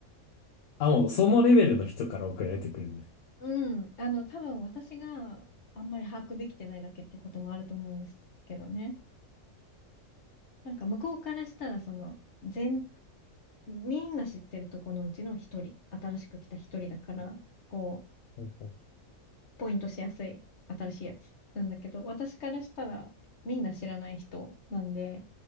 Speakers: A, on the left; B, on the left.
A: あ、もうそのレベルの人から送られてくるんです。
B: <laughs> うん。あの、多分私があんまり把握できてないだけってこともあると思うんですけどね。なんか向こうからしたら、その、全、みんな知ってるとこのうちの一人、新しく来た一人だから、こう、
A: うんうん
B: ポイントしやすい、新しいやつなんだけど、私からしたら、みんな知らない人なんで、